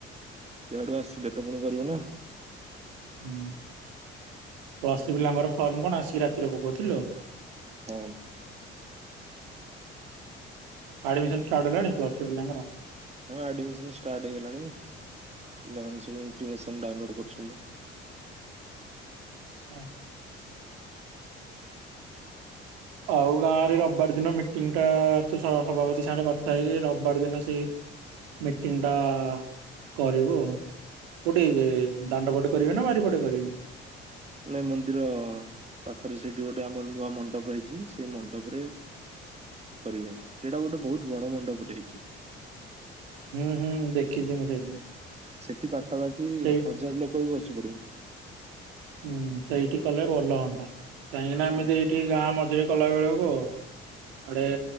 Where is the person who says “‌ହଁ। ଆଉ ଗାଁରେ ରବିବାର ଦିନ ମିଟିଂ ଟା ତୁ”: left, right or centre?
Right